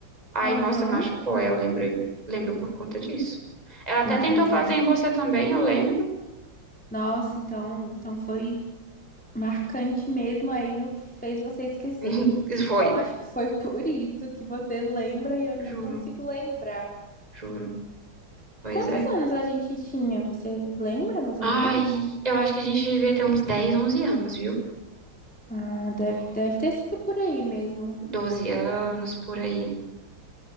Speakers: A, on the right; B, in the centre.
A: Aí,
B: Aham.
A: nossa, machucou, é, eu lembrei, lembro por conta disso. Ela até
B: Não,
A: tentou
B: então,
A: fazer em você também, eu lembro.
B: nossa, então, então foi marcante mesmo, aí não fez você esquecer.
A: <laughs> Isso foi,
B: Então, acho que foi por isso que você lembra e eu não
A: juro,
B: consigo lembrar.
A: juro, pois
B: Quantos
A: é.
B: anos a gente tinha? Você lembra mais
A: Ai,
B: ou menos?
A: eu acho que a gente devia ter uns 10 11 anos, viu?
B: Ah, deve, deve ter sido por aí mesmo.
A: doze anos, por aí.